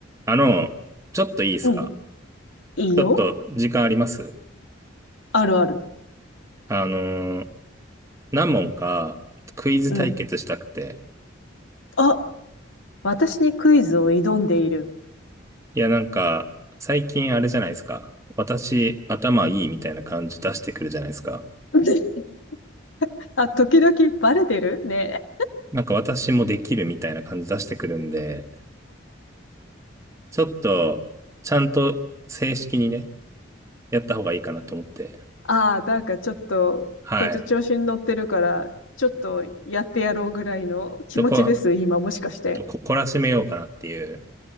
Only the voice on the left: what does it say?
うん。いいよ。
あるある。
うん。あ、私にクイズを挑んでいる。
<laughs> あ、時々バレてるね。
ああ、なんかちょっと、
こいつ調子に乗ってるから、ちょっとやってやろうぐらいの気持ちです、
今もしかして。